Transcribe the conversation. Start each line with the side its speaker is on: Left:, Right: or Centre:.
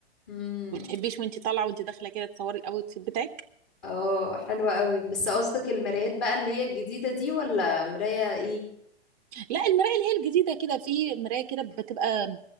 Left: امم
Right: ما بتحبيش وانت طالعه وانت داخله كده تصوري الاوت فيت بتاعك
Left: اه حلوة قوي بس قصدك المرايات بقى اللي هي الجديدة دي ولا مراية ايه
Right: لا المرايه اللي هي الجديده كده في مرايه كده بتبقى